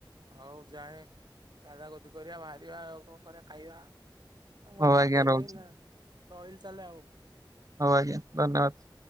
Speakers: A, on the right; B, on the right.
A: ହଉ ଯାଏ, ଗାଧା ଗୋଦି କରିବା ବାହାରିବା, ଆଉ କଣ କରିବା ଖାଇବା। ଆଉ ମୁଁ
B: ହଉ
A: ଗାଧେଇନେଇ
B: ଆଜ୍ଞା ରହୁଛି।
A: ଲା-ରହିଲି ତାହେଲେ ଆଉ।
B: ହଉ ଆଜ୍ଞା ଧନ୍ୟବାଦ।